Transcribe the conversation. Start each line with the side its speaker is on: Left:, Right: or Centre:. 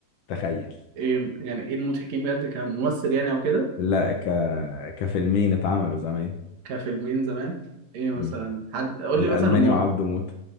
Left: تخيل
Right: ايه يعني ايه المضحكين بجد كممثل يعني او كده
Left: لا ك... كفيلمين اتعملوا زمان
Right: كفيلمين زمان ايه مثلا
Left: مم.
Right: حد قول
Left: الألماني
Right: لي مثلا ما
Left: وعبده موتة